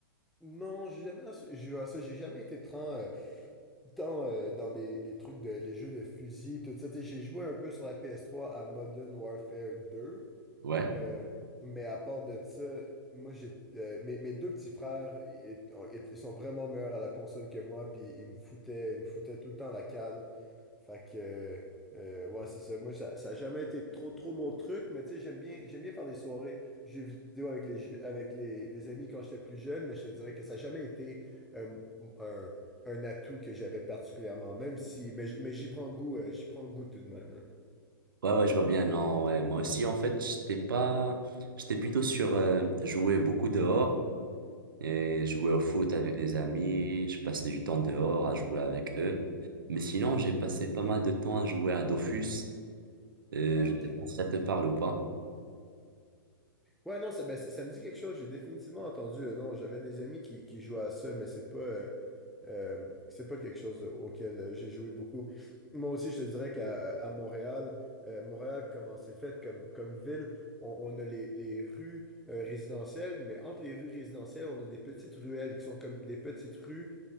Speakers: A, in the centre; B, on the right (about 65°).
A: Non, j'ai jamais joué à ça, j'ai jamais été tant, euh, tant, euh, dans les, les trucs de, les jeux de fusil, tout ça. Tu sais, J'ai joué un peu sur la PS3 à Modern Warfare 2,
B: Ouais.
A: euh, mais à part de ça, moi, j'ai, euh, mes, mes deux petits frères, ils, ils sont vraiment meilleurs à la console que moi, puis ils me foutaient, ils me foutaient tout le temps la cale. Fait que, euh, euh, ouais, c'est ça. Moi, ça, ça a jamais été trop, trop mon truc, mais tu sais, j'aime bien, j'aime bien faire des soirées jeux vidéo avec les, je- avec les, les amis quand j'étais plus jeune, mais je te dirais que ça n'a jamais été euh, un, un atout que j'avais particulièrement, même si, mais, j- mais j'y prends goût, euh, j'y prends goût tout de même, là.
B: Ouais, ouais, je vois bien, non, ouais. Moi aussi, en fait, j'étais pas, j'étais plutôt sur euh, jouer beaucoup dehors et jouer au foot avec des amis. Je passais du temps dehors à jouer avec eux. Mais sinon, j'ai passé pas mal de temps à jouer à Dofus. Euh,
A: Ah,
B: je
A: ok.
B: sais pas si ça te parle ou pas.
A: Ouais, non, ça, ben, ça ça me dit quelque chose. J'ai définitivement entendu le nom. J'avais des amis qui, qui jouaient à ça, mais c'est pas, euh, Euh, c'est pas quelque chose auquel euh, j'ai joué beaucoup. Moi aussi, je te dirais qu'à à Montréal, euh, Montréal, comment c'est fait comme, comme ville, on, on a les, les rues euh, résidentielles, mais entre les rues résidentielles, on a des petites ruelles qui sont comme des petites rues